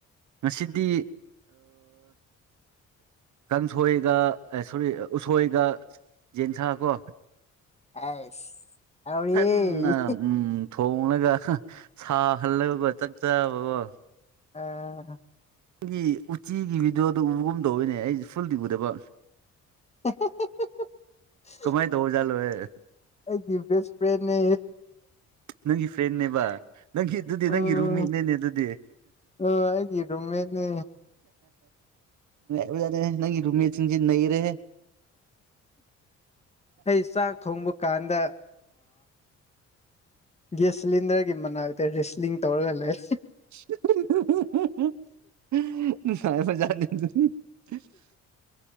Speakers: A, on the right; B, on the left.
A: ꯉꯁꯤꯗꯤ ꯀꯥꯡꯁꯣꯏꯒ ꯁꯣꯔꯤ ꯎꯁꯣꯏꯒ ꯌꯦꯟꯁꯥ ꯀꯣ
B: ꯑꯁ ꯑ ꯑꯦ
A: ꯀꯟꯅ ꯎꯝ ꯊꯣꯡꯂꯒ ꯁꯥꯍꯜꯂꯒꯀꯣ ꯆꯥꯛ ꯆꯕꯀꯣ
B: ꯑ <unintelligible>
A: ꯑꯩꯒꯤ ꯎꯆꯤꯒꯤ ꯚꯤꯗꯤꯑꯣꯗꯣ ꯎꯕꯒꯨꯝꯗꯧꯔꯤꯅꯦ ꯑꯩꯁꯦ ꯐꯨꯜꯗꯤ ꯎꯗꯕ
B: <unintelligible>
A: ꯀꯣꯃꯥꯏ ꯇ ꯍꯧꯖꯂꯣ ꯑꯦ
B: ꯑꯩꯗꯤ ꯦꯁ ꯐ꯭ꯔꯦꯟꯅꯦ
A: ꯅꯪꯒꯤ ꯐ꯭ꯔꯦꯟꯅꯦꯕ ꯅꯪꯒꯤ ꯑꯗꯨꯗꯤ ꯅꯪꯒꯤ
B: ꯎꯝ
A: ꯔꯨꯝꯃꯤꯅꯦꯅꯦ ꯑꯗꯨꯗꯤ
B: ꯑꯥ ꯑꯩꯒꯤ ꯔꯨꯝꯃꯦꯠꯅꯦ
A: ꯕꯨ ꯌꯥ ꯅꯪꯒꯤ ꯔꯨꯃꯤꯁꯤꯡ ꯅ ꯔꯦ
B: ꯑꯩ ꯆꯥꯛ ꯊꯣꯡꯕ ꯀꯥꯟꯗ ꯒ꯭ꯌꯥꯁ ꯁꯤꯂꯤꯟꯗꯔꯒꯤ ꯃꯅꯥꯛꯇ ꯔꯦꯁꯂꯤꯡ ꯇꯧꯔꯒ ꯂꯩ
A: <unintelligible>